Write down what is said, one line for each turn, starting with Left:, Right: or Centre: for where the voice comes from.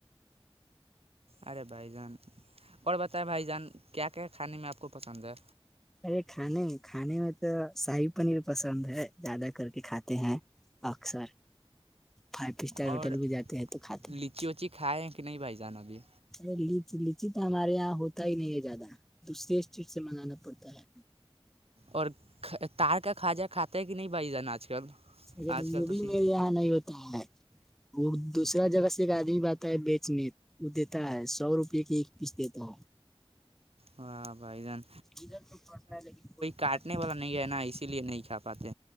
Right: ارے بھائی جان اور بتائے بھائی جان کیا کیا کھانے میں آپ کو پسند ہے
Centre: ارے کھانے کھانے میں شاہی پنیر پسند ہے زیادہ کر کے کھاتے ہیں اکثر فائیو اسٹار ہوٹل
Right: اور
Centre: میں جاتے ہیں تو کھاتے
Right: لیچی
Centre: ہیں
Right: ووچی کھائے ہیں کہ نہیں بھائی جان ابھی
Centre: چلی چیز تو ہمارے یہاں ہوتا ہی نہیں ہے زیادہ دوسرریے اس چیز سے منگانا پڑتا ہے
Right: اور تار کا کھواجہ کھاتا ہے کہ نہیں بھائی جان آج کل
Centre: وہ
Right: آج کل توی
Centre: بھی میرے یہاں نہیں ہوتا ہے وہ دوسرا جگہ سے ایک آدمی ب آتا ہے بیچنے وہ دیتا ہے سو روپے کی پچ دیتا
Right: واہ بھائی جان
Centre: ادھر تو پڑتا ہے لیکن کوئی کا
Right: کاٹنے
Centre: نہیںا
Right: والا نہیں ہے نا اسی لیے نہیں کھا پاتے